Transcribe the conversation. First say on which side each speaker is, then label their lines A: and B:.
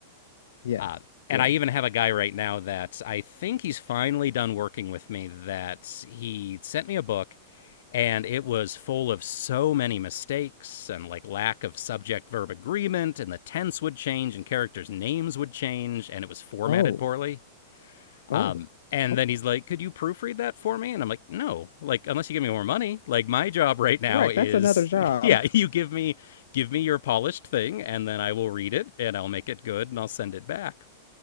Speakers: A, on the left; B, on the left.
A: Yes.
B: Uh, and
A: Yes.
B: I even have a guy right now that I think he's finally done working with me. That he sent me a book and it was full of so many mistakes and like lack of subject verb agreement and the tense would change and characters names would change and it was formatted
A: Oh,
B: poorly
A: oh,
B: um and
A: okay.
B: then he's like could you proofread that for me and i'm like no like unless you give me more money like my job right now
A: Correct.
B: is
A: That's another job.
B: <laughs> yeah you give me give me your polished thing and then i will read it and i'll make it good and i'll send it back